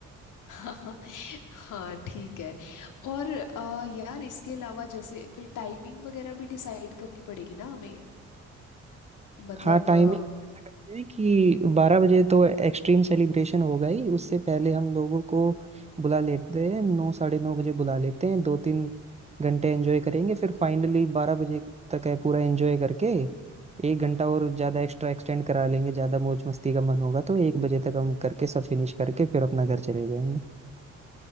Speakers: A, on the left; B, on the right.
A: <laughs> हाँ हाँ ठीक है और अ, यार इसके अलावा जैसे फिर टाइमिंग वगैरह भी डिसाइड करनी पड़ेगी ना हमें मतलब
B: हाँ टाइमिंग
A: अ,
B: ऐसा करते हैं कि बारह बजे तो एक्सट्रीम सेलिब्रेशन होगा ही उससे पहले हम लोगों को बुला लेते हैं नौ साढ़े नौ बजे बुला लेते हैं दो तीन घंटे एंजॉय करेंगे फिर फाइनली बारह बजे तक है पूरा एंजॉय करके एक घंटा और ज्यादा एक्स्ट्रा एक्सटेंड करा लेंगे ज्यादा मौज मस्ती का मन होगा तो एक बजे तक हम करके सब फिनिश करके फिर अपना घर चले जाएंगे